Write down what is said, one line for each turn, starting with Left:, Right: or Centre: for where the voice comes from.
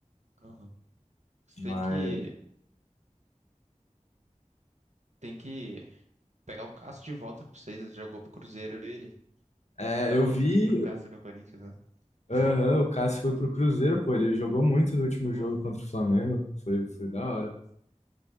Right: Aham. Você tem
Left: Mas.
Right: que, tem que pegar o Cássio de volta pra vocês. Ele Jogou pro Cruzeiro ele.
Left: É,
Right: Não tava
Left: eu
Right: gostando
Left: vi,
Right: do Cássio no Corinthians, né?
Left: Aham,
Right: <laughs>
Left: o Cássio foi pro Cruzeiro, pô. Ele jogou muito no último
Right: Pô,
Left: jogo contra o Flamengo. Foi, foi da hora.